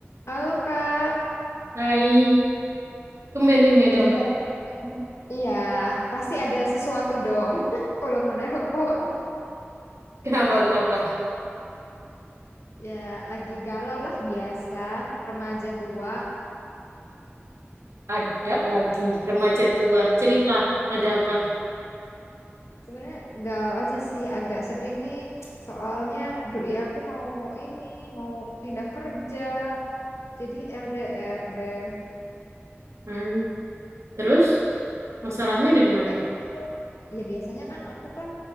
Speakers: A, on the left; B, on the right.
A: Halo Kak,
B: Hai, tumben ini ada
A: gimana?
B: apa? nih?
A: Iya, pasti ada sesuatu dong <laughs> kalau menelpon.
B: Kenapa, kenapa?
A: Ya, lagi galau lah biasa, remaja tua.
B: Ada lagi remaja tua. Cerita, ada apa?
A: Sebenarnya galau aja sih, agak sedih nih. Soalnya doi aku mau ini, mau pindah kerja, jadi LDR deh.
B: Hmm. Terus, masalahnya ada di mana?
A: Ya itu. Ya biasanya kan aku kan